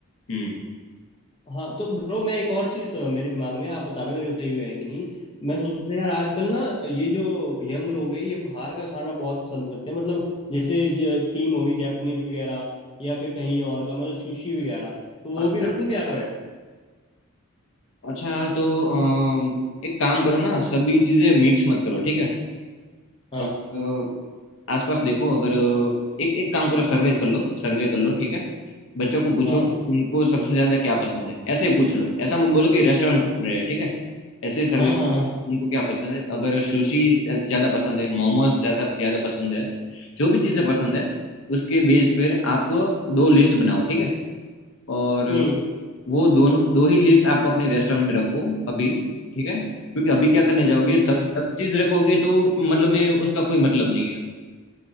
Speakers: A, on the left (about 60°); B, on the left (about 25°).
A: हम्म
B: हाँ तो ब्रो मैं एक और चीज़ अ, मेरे दिमाग में आप बताना मेरे को सही है कि नहीं मैं सोच रहा था यार आजकल ना ये जो यंग लोग हैं ये बाहर का खाना बहुत पसंद करते हैं मतलब जैसे थीम होगी जापानीज वगैरह या फिर कहीं और का मतलब सुशी वगैरह तो वो
A: अच्छा
B: भी रखूं क्या मैं
A: अच्छा तो अम, एक काम करो ना सभी चीज़ें मिक्स मत करो ठीक है
B: हाँ
A: अगर अ, आसपास देखो अगर अ, एक एक काम करो सर्वे कर लो सर्वे कर लो ठीक है बच्चों को पूछो
B: हाँ
A: कि उनको सबसे ज़्यादा क्या पसंद है ऐसे ही पूछ लो ऐसा मत बोलो कि रेस्टोरेंट
B: हाँ
A: खुल रहे हैं ठीक है ऐसे सर्वे
B: हाँ
A: करो
B: हाँ हाँ हाँ,
A: उनको क्या पसंद है अगर सुशी ज़्यादा पसंद है मोमोज ज़्यादा ज़्यादा पसंद है जो भी चीज़ें पसंद है उसके बेस पर आप दो लिस्ट बनाओ ठीक है और
B: हम्म
A: वो दोनों दो ही लिस्ट आप अपने रेस्टोरेंट में रखो अभी ठीक है क्योंकि अभी क्या करने जाओगे सब
B: okay,
A: सब चीज़ रखोगे तो मतलब में उसका कोई मतलब नहीं है